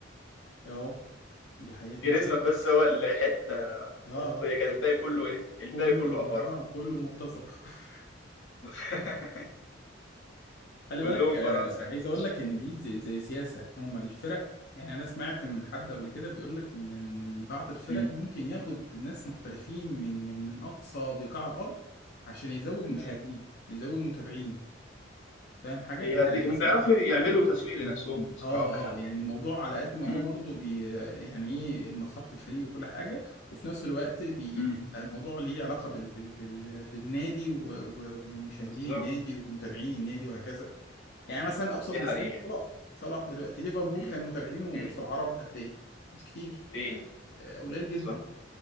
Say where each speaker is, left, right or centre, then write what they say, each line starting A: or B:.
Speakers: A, on the left (about 55°); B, on the left (about 75°).
A: اه دي حقيقه فعلا
B: جريزمان بس هو الحته الاوروبيه
A: اه آه.
B: كده الباقي كله إيه؟ الباقي
A: كله
B: كله افارقه
A: اه كله مرتزق <laughs>
B: <laughs>
A: خلي
B: كلهم
A: بالك آه
B: فرنسا يا
A: عايز
B: باشا
A: اقول لك ان دي زي, زي سياسه هم الفرق يعني انا سمعت من حد قبل كده بيقول لك ان ان ال- بعض الفرق
B: مم.
A: ممكن ياخد ناس محترفين من من من اقصى بقاع الارض عشان يزود
B: تمام
A: مشاهدين يزود متابعين فاهم حاجه
B: هي
A: يعني
B: بي- هم
A: مثلا
B: بيعرفوا يعملوا تسويق لنفسهم بصراحة
A: اه
B: يعني
A: اه يعني الموضوع على قد ما هو
B: مم.
A: برضه بي يعني ايه مصلحة الفريق وكل حاجة وفي نفس الوقت بي
B: مم.
A: بيبقى الموضوع ليه علاقة بال بال بال بالنادي و- و- ومشاهدين
B: بالظبط
A: النادي ومتابعين النادي وهكذا يعني مثلا أبسط
B: دي
A: مثال
B: حقيقة
A: صلاح صلاح دلوقتي ليفربول
B: مم.
A: كان متابعينه
B: مم.
A: في العرب قد ايه؟ مش كتير
B: تاني
A: آه، آه، قليل جدا
B: صح